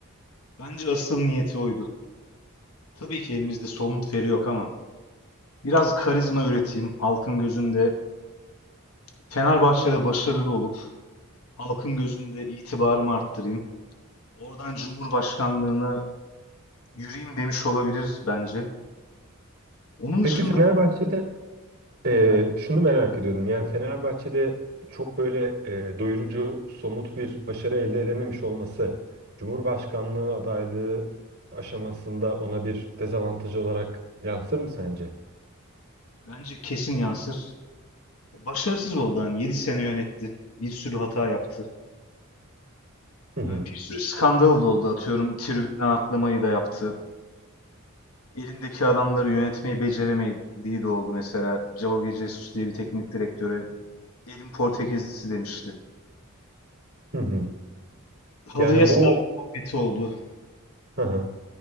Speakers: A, on the left; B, on the right.
A: Bence asıl niyeti oydu. Tabii ki elimizde somut veri yok ama biraz karizma üreteyim halkın gözünde. Fenerbahçe'de başarılı olup halkın gözünde itibarımı arttırayım. Oradan Cumhurbaşkanlığına yürüyeyim demiş olabilir bence. Onun
B: Peki
A: dışında
B: Fenerbahçe'de Ee,
A: ha,
B: şunu merak ediyordum. Yani Fenerbahçe'de çok böyle e, doyurucu, somut bir başarı elde edememiş olması, Cumhurbaşkanlığı adaylığı aşamasında ona bir dezavantaj olarak yansır mı sence?
A: bence kesin yansır. Başarısız oldu hani 7 sene yönetti. Bir sürü hata yaptı.
B: Hı hı.
A: Ee, Bir sürü skandal da oldu atıyorum. Tribüne atlamayı da yaptı. Elindeki adamları yönetmeyi beceremediği de oldu mesela. Jorge Jesus diye bir teknik direktöre elin Portekizlisi demişti.
B: Hı hı.
A: Halıya
B: Yani
A: sarma
B: bu
A: muhabbeti oldu.
B: <laughs>